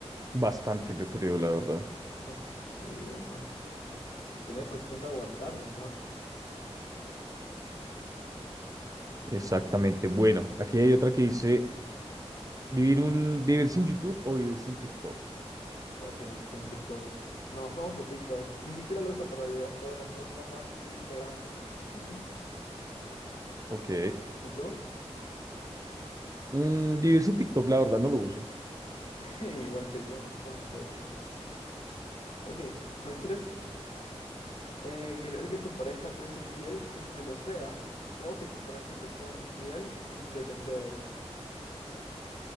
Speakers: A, on the right (about 30°); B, on the left (about 70°).
A: Bastante, yo creo, la verdad.
B: Entonces, sí o no. Sería cuestión de aguantar nomás.
A: Exactamente. Bueno, aquí hay otra que dice. Vivir un, vivir sin YouTube o vivir sin TikTok.
B: Ok, sin TikTok. No, no uso TikTok. Ni siquiera lo uso para videos cortos. Me gusta más Instagram. <laughs>
A: Ok.
B: ¿Y tú?
A: Mm, vivir sin TikTok, la verdad, no lo uso.
B: <laughs> Igual que yo, entonces. Ok, ¿prefieres eh, querer que tu pareja te es infiel sin que lo sea o que tu pareja te sea infiel sin que te enteres?